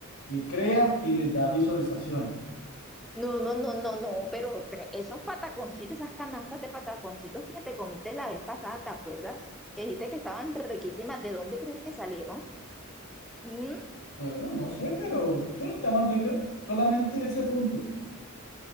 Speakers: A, on the left (about 85°); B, in the centre.
A: eh, crea y les da visualizaciones.
B: No, no, no, no, no, pero te- esos pataconcitos, esas canastas de pataconcitos que te comiste la vez pasada, ¿te acuerdas? Que dijiste que estaban riquísimas. ¿De dónde crees que salieron? Mm,
A: Bueno, no sé, pero sí, estaban ricas. Solamente ese punto.